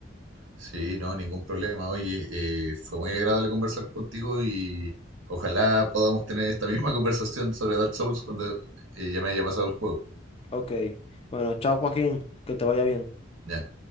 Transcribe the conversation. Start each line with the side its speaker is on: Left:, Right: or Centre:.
Right: Sí, no, ningún problema. Oye, eh, fue muy agradable conversar contigo y ojalá podamos tener esta misma <laughs> conversación sobre Dark Souls cuando eh, ya me haya pasado el juego.
Left: Ok. Bueno, chao, Joaquín, que te vaya bien.
Right: Ya.